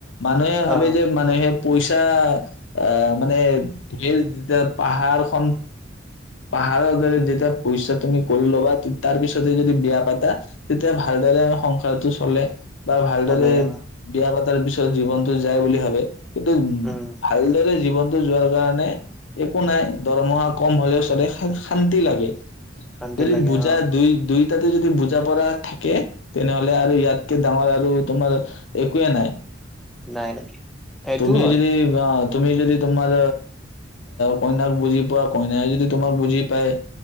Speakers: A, on the left; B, in the centre.
A: মানুহে ভাবে
B: অ
A: যে মানুহে পইচা আহ মানে ধেৰ যেতিয়া পাহাৰখন পাহাৰৰ দৰে যেতিয়া পইচা তুমি কৰি ল'বা তাৰ পিছতে যদি বিয়া পাতা তেতিয়া ভালদৰে সংসাৰটো চলে বা ভালদৰে
B: চলে অ
A: বিয়া পাতা তাৰ পিছত জীৱনতটো যায় বুলি ভাবে কিন্তু উ
B: উম
A: ভালদৰে জীৱন যোৱাৰ কাৰণে একো নাই দৰমহা কম হলেও শান্তি লাগে
B: শান্তি
A: যদি
B: লাগে
A: বুজা
B: অ
A: দুই দুই ততে যদি বুজা পৰা থাকে তেনেহলে আৰু ইয়াতকে ডাঙৰ আৰু তোমাৰ একোৱে নাই
B: নাই নাই সেইটো
A: তুমি
B: হয়
A: যদি তুমি যদি তোমাৰ কইনাক বুজি পোৱা কইন যদি তোমাৰ বুজি পায়